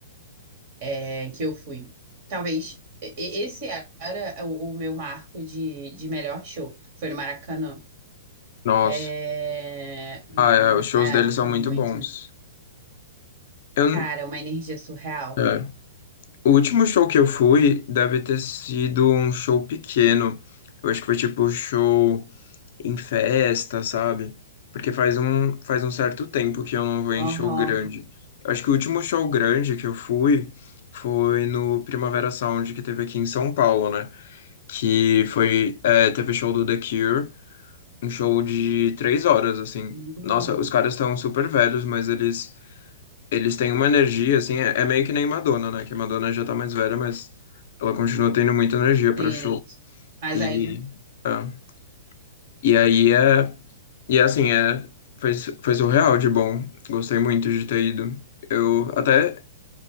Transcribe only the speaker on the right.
é, que eu fui. Talvez e- e- esse era o, o meu marco de, de melhor show. Foi no Maracanã.
É,
é,
foi
muito.
Cara, uma energia surreal.
Aham.
Hum,
Sim,
mas
aí não.